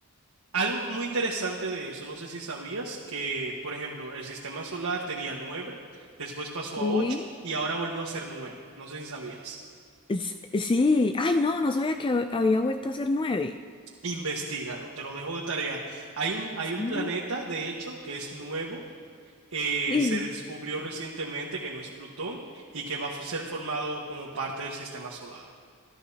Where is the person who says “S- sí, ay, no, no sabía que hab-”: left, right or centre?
Left